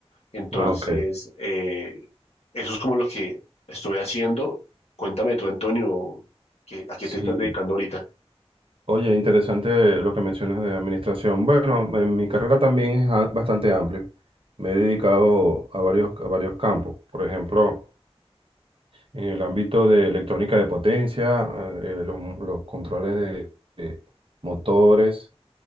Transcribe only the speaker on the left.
Entonces,
eh, eso es como lo que estoy haciendo. Cuéntame tú, Antonio, qué ¿a qué
te estás dedicando ahorita?